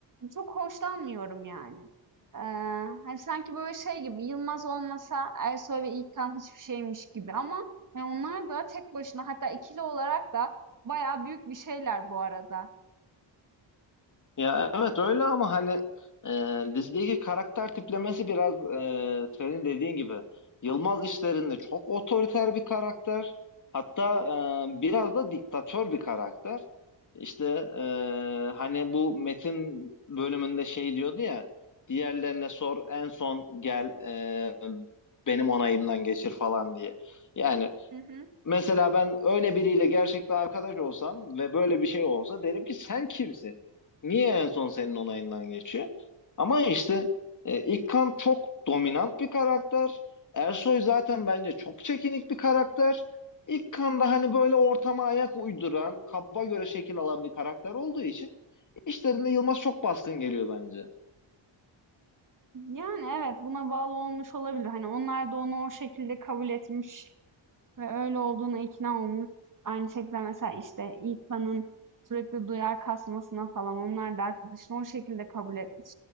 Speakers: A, on the right; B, on the left.
A: çok hoşlanmıyorum yani. Eee, hani, sanki böyle şey gibi, Yılmaz olmasa Ersoy ve İlkan hiçbir şeymiş gibi ama, hani, onlar da tek başına hatta ikili olarak da bayağı büyük bir şeyler bu arada.
B: Ya evet öyle ama hani e, dizideki karakter tiplemesi biraz e, senin dediğin gibi Yılmaz işlerinde çok otoriter bir karakter. Hatta e, biraz da diktatör bir karakter. İşte e, hani bu Metin bölümünde şey diyordu ya diğerlerine sor en son gel e, benim onayımdan geçir falan diye. Yani
A: Hı hı.
B: Mesela ben öyle biriyle gerçekten arkadaş olsam ve böyle bir şey olsa derim ki sen kimsin? Niye en son senin onayından geçiyor? Ama işte e, İlkan çok dominant bir karakter. Ersoy zaten bence çok çekinik bir karakter. İlkan da hani böyle ortama ayak uyduran, kaba göre şekil alan bir karakter olduğu için işlerinde Yılmaz çok baskın geliyor bence.
A: Yani, evet, buna bağlı olmuş olabilir. Hani, onlar da onu o şekilde kabul etmiş. Ve öyle olduğuna ikna olmuş. Aynı şekilde mesela işte İlkan'ın sürekli duyar kasmasına falan onlar da arkadaşını o şekilde kabul etmiş.